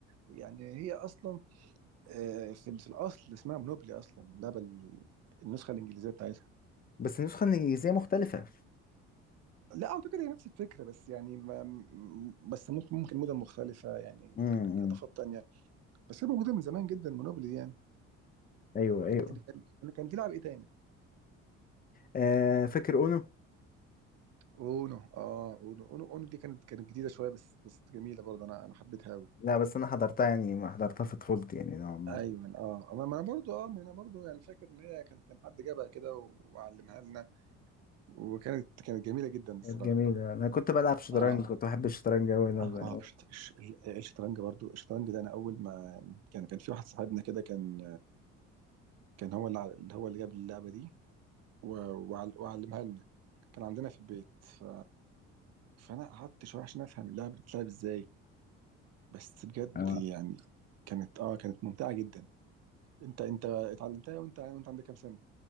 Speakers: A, on the right; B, on the left.
A: يعني هي أصلا آه، في ال- في الأصل اسمها منوبلي أصلا اللعبة ال- النسخة الإنجليزية بتاعتها
B: بس النسخة الإنجليزية مختلفة
A: لا أعتقد هي نفس الفكرة بس يعني ما م- بس ممكن ممكن مدن مختلفة يعني ممكن
B: امم
A: إضافات تانية بس هي موجودة من زمان جدا منوبلي يعني
B: أيوه أيوه
A: كان كان كان كان بيلعب ايه تاني
B: آه فاكر أونو؟
A: اونو اه اونو اونو اونو دي كانت كانت جديده شويه بس بس جميله برضه انا انا حبيتها قوي
B: لا بس أنا حضرتها يعني ما حضرتها في طفولتي يعني نوعا ما
A: ايوه اه ما ما انا برضه اه ما انا برضه يعني فاكر ان هي كان كان حد جابها كده وعلمها لنا وكانت كانت جميله جدا الصراحه
B: كانت جميلة أنا كنت بلعب شطرنج
A: اه
B: كنت بحب الشطرنج أوي أنا
A: اه
B: زي-
A: شط- الش- ال- الشطرنج برضه الشطرنج ده انا اول ما كان كان في واحد صاحبنا كده كان كان هو اللي ع- اللي هو اللي جاب اللعبه دي و- وعل- وعلمها لنا كان عندنا في البيت ف... فانا قعدت شويه عشان افهم اللعبه بتتلعب ازاي بس بجد
B: اه
A: يعني كانت اه كانت ممتعة جدا انت انت اتعلمتها وانت وانت عندك كام سنة؟